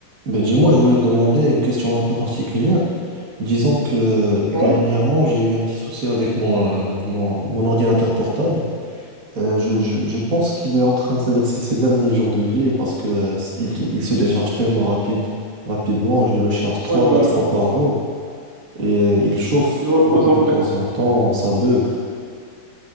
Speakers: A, on the right (about 85°); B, on the right (about 35°).
A: Ben dis-moi, je voulais te demander une question un peu particulière. Disons que euh,
B: Ouais,
A: dernièrement, j'ai eu un petit souci avec mon, euh, mon, mon ordinateur portable. Euh, je, je, je pense qu'il est en train, c'est-à-dire c'est ses derniers jours de vie, parce que euh, il, te- il se décharge tellement rapide, rapidement. Je le charge trois,
B: ouais, ben,
A: à quatre fois par jour et euh, il chauffe
B: qu'il repose
A: beaucoup
B: en
A: de
B: paix.
A: temps en temps, ça bug.